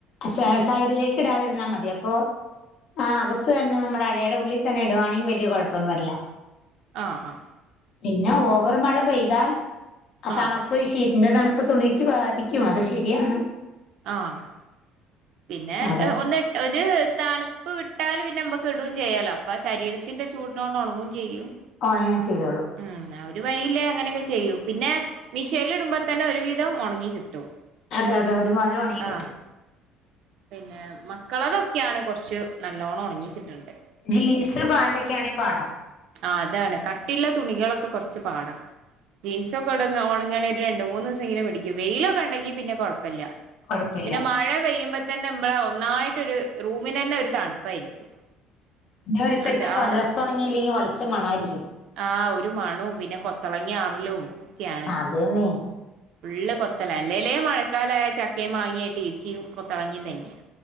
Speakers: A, on the left; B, on the right.
A: ഷേ സൈഡിലേക്ക് ഇടാതിരുന്നാ മതി അപ്പൊ ആഹ് അക ത്ത് തന്നെ നമ്മടെ അഴയുടെ ഉള്ളിൽ തന്നെ ഇടുവാണെങ്കി വലിയ കുഴപ്പം വരില്ല.
B: ആഹ് ആഹ്.
A: പിന്നെ ഓവർ മഴ പെയ്താൽ അ തണ
B: ആഹ്
A: പ്പ് ശീറ്റ്ന്റെ തണുപ്പ് തുണീക്ക് ബാധിക്കും അത് ശരിയാണ്.
B: ആഹ് പിന്നെ
A: അത്
B: ഒന്ന് ഒരു തണുപ്പ് വിട്ടാല് പിന്നെ നമ്മക്ക് ഇടും ചെയ്യാലോ അപ്പൊ ആ ശരീരത്തിന്റെ ചൂട്‌നോണ്ട് ഒണങ്ങും ചെയ്യും.
A: ഓണങ്ങും ചെയ്തോളും.
B: ഉം ആ ഒരു വഴിയില്ലേ അങ്ങനെയൊക്കെ ചെയ്യും. പിന്നെ മിഷേൽ ഇടുമ്പോ തന്നെ ഒരു വിധം ഉണങ്ങി കിട്ടും.
A: അതെ അതെ ഒരു മാതിരി ഒണങ്ങി കിട്ടും.
B: ആഹ് പിന്നെ മക്കളതൊക്കെയാണ് കുറച്ച് നല്ലോണ്ണം ഒണങ്ങി കിട്ടണ്ടെ.
A: ജീൻസ് പാൻ്റാക്കെയാണെ പാടാ.
B: ആഹ് അതാണ് കട്ടിള്ള തുണികളൊക്കെ കൊർച്ച് പാടാ. ജീൻസൊക്കെ ഒടങ് ഒണങ്ങണേ ഒരു രണ്ട് മൂന്നീസെങ്കിലും പിടിക്കും. വെയിലൊക്കെ ഉണ്ടെങ്കി പിന്നെ കൊഴപ്പല്ല്യ.
A: കുഴപ്പമില്ല
B: പിന്നെ മഴ പെയ്യുമ്പ തന്നെ നമ്മളെ ഒന്നായിട്ട് ഒരു റൂമിനന്നെ ഒരു തണുപ്പായിരിക്കും.
A: പിന്നെ ഒരു <unintelligible>
B: അണ്ട് ആ
A: ഡ്രസ് ഒണങ്ങിയില്ലെങ്കി വളിച്ച മണായിരിക്കും.
B: ആഹ് ഒരു മണും പിന്നെ കൊത്തളങ്ങ ആറലും ഒക്കെയാണ്.
A: അതേന്നെ
B: ഫുള്ള് കൊത്തള, അല്ലേല്ലേ മഴക്കാലായാ ചക്കിം മാങ്ങിയായിട്ട് ഈച്ചിം കൊത്തളങ്ങിം തന്ന്യാ.